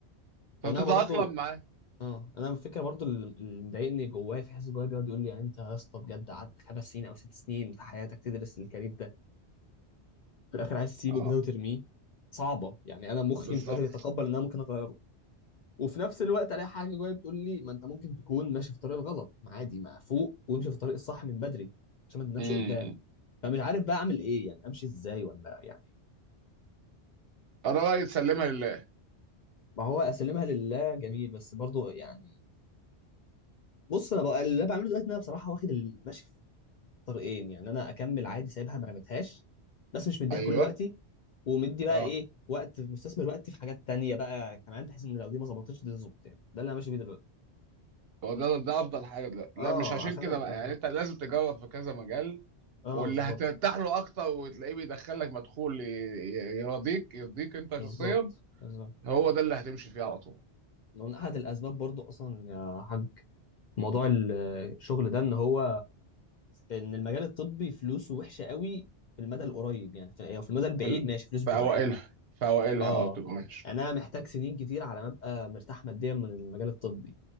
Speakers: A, on the right; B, on the left.
A: فبتتأقلم
B: او انا برضه
A: معاه
B: اه انا الفكره برضه اللي اللي مضايقني جوايا في حاسس جوايا بيقعد يقول لي يعني انت يا اسطى بجد قعدت خمس سنين او ست سنين في حياتك تدرس الكارير ده في الاخر عايز تسيبه
A: اه
B: كده وترميه صعبه يعني انا مخي
A: بالظبط
B: مش قادر يتقبل ان انا ممكن اغيره وفي نفس الوقت الاقي حاجه جوايا بتقول لي ما انت ممكن تكون ماشي في الطريق الغلط ما عادي ما فوق وامشي في الطريق الصح من بدري عشان ما تنامش
A: امم
B: قدام فمش عارف بقى اعمل ايه يعني امشي ازاي ولا يعني
A: الرأي تسلمها لله
B: ما هو اسلمها لله جميل بس برضه يعني بص انا بقى اللي انا بعمله دلوقتي ان انا بصراحه واخد المشي في طريقين يعني انا اكمل عادي سايبها ما رميتهاش بس مش مديها
A: ايوه
B: كل وقتي ومدي بقى
A: اه
B: ايه وقت مستثمر وقتي في حاجات تانية بقى كمان بحيث ان لو دي ما ظبطتش دي تظبط يعني ده اللي انا ماشي بيه دلوقتي
A: هو ده ده افضل حاجه دلوقتي
B: اه
A: لا مش عشان
B: عشان
A: كده
B: ابقى
A: بقى يعني انت لازم تجرب في كذا مجال
B: اه
A: واللي
B: بالظبط
A: هترتاح له اكتر وتلاقيه بيدخلك مدخول ي- ي- يرضيك يرضيك انت
B: بالظبط
A: شخصيا
B: بالظبط
A: هو ده اللي هتمشي فيه على طول
B: من احد الاسباب برضو اصلا يا حاج موضوع ال- الشغل ده ان هو ان المجال الطبي فلوسه وحشه قوي في المدى القريب يعني في أو في المدى البعيد
A: في ال-
B: ماشي فلوسه
A: في
B: بتبقى
A: اوائلها
B: حلوه
A: في اوائلها
B: اه
A: اه بتبقى ماشي
B: يعني انا محتاج سنين كتير على ما ابقى مرتاح ماديا من المجال الطبي